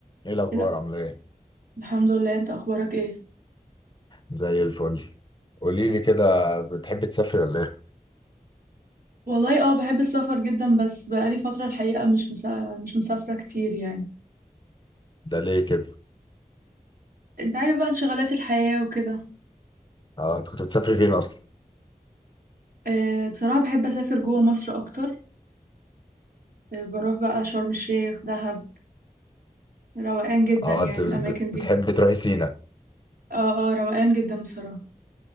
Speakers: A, on the left (about 30°); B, on the right (about 85°).
A: ايه الاخبار
B: لا
A: عامله ايه
B: الحمد لله انت اخبارك ايه
A: زي الفل قولي لي كده بتحبي تسافري ولا ايه
B: والله اه بحب السفر جدا بس بقالي فترة الحقيقة مش مسا... مش مسافرة كتير يعني
A: ده ليه كده
B: انت عارف بقى انشغالات الحياة وكده
A: اه انت كنت بتسافري فين اصلا
B: آه بصراحة بحب اسافر جوه مصر اكتر آه بروح بقى شرم الشيخ دهب روقان جدا
A: اه
B: يعني
A: انت ب-
B: الاماكن دي
A: بتحبي تروحي سينا
B: اه اه روقان جدا بصراحة